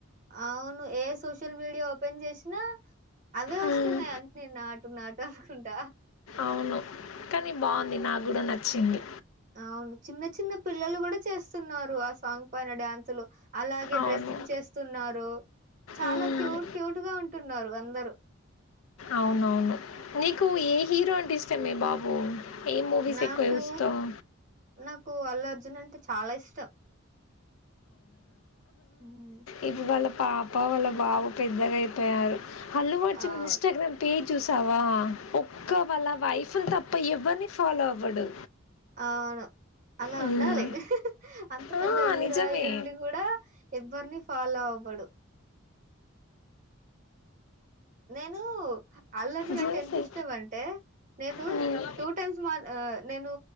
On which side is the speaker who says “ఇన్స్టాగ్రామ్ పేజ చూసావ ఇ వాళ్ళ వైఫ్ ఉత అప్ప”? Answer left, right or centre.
Left